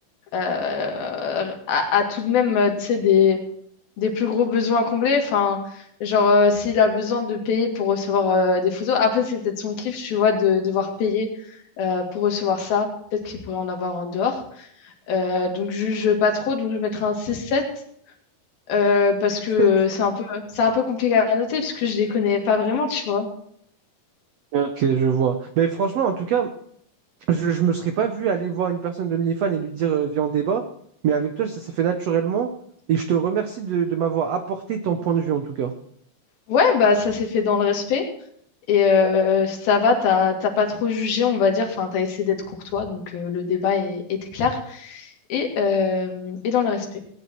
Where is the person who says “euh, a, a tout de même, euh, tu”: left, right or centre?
Left